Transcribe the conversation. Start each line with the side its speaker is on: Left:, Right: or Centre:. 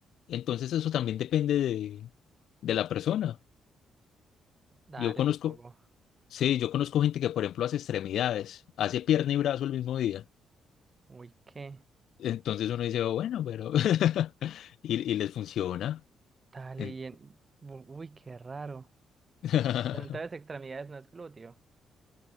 Left: Entonces eso también depende de, de la persona.
Right: Dale,
Left: Yo conozco,
Right: supongo.
Left: sí, yo conozco gente que, por ejemplo, hace extremidades, hace pierna y brazo el mismo día.
Right: Uy, qué.
Left: Entonces uno dice, "Oh, bueno, pero... <laughs> y, y les funciona.
Right: Dale,
Left: En-
Right: y en... u- Uy, qué raro.
Left: <laughs>
Right: Pero entonces extremidades no es glúteo.